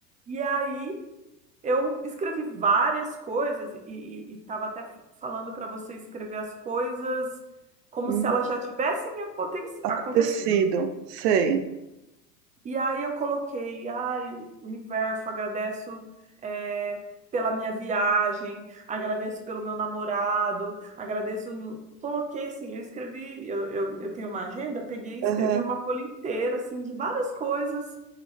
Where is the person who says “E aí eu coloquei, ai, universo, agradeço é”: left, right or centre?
Right